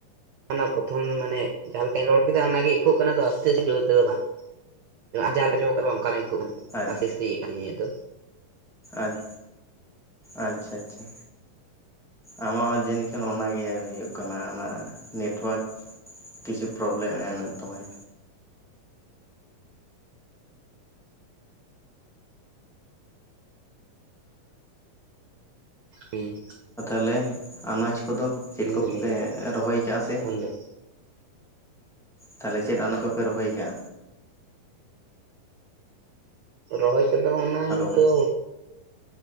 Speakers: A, on the right (about 80°); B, in the centre.
A: ᱚᱱᱟ ᱯᱨᱚᱛᱷᱚᱢ ᱢᱟᱱᱮ ᱡᱟᱦᱟᱸ ᱞᱮᱠᱟᱧ ᱨᱚᱲ ᱠᱮᱫᱟ ᱚᱱᱟ ᱜᱮ ᱤᱠᱳᱜ ᱠᱟᱱᱟ ᱟᱥᱛᱮ ᱟᱥᱛᱮ ᱡᱳᱨ ᱛᱮ ᱫᱚ ᱵᱟᱝ᱾ ᱡᱟᱦᱟᱸ ᱠᱚ ᱧᱟᱢᱚᱜ ᱠᱟᱱᱟ ᱚᱱᱠᱟᱱᱟᱜ ᱜᱮ ᱤᱠᱚᱜ
B: ᱟᱪ
A: ᱠᱟᱱ ᱫᱚ
B: ᱟᱪ ᱟᱪᱪᱷᱟ ᱟᱪᱪᱷᱟ᱾ ᱟᱢᱟᱜ ᱦᱚᱸ ᱡᱟᱹᱱᱤᱡ ᱠᱷᱟᱱ ᱚᱱᱟ ᱜᱮ ᱦᱳᱭᱳᱜ ᱠᱟᱱᱟ ᱟᱢᱟᱜ ᱱᱮᱴᱳᱣᱟᱨᱠ ᱠᱤᱪᱷᱩ ᱯᱨᱚᱵᱞᱮᱢ ᱮᱢᱮᱫ ᱛᱟᱢᱟᱭ᱾
A: ᱩᱸ
B: ᱟᱫᱚ ᱛᱟᱦᱚᱞᱮ ᱟᱱᱟᱡᱽ ᱠᱚᱫᱚ ᱪᱮᱫ ᱠᱚᱯᱮ
A: ᱫᱚ ᱢᱤᱱᱟᱹᱧᱟ
B: ᱨᱚᱦᱚᱭ ᱠᱟᱜ-ᱟ
A: ᱮᱠᱷᱚᱱ
B: ᱥᱮ
A: ᱫᱚ
B: ᱛᱟᱦᱚᱞᱮ ᱪᱮᱫ ᱟᱱᱟᱡᱽ ᱠᱚᱯᱮ ᱨᱚᱦᱚᱭ ᱠᱟᱜ-ᱟ?
A: ᱨᱚᱦᱚᱭ ᱠᱚᱫᱚ ᱚᱱᱟ
B: ᱦᱮᱞᱳ
A: ᱱᱤᱛ ᱫᱚ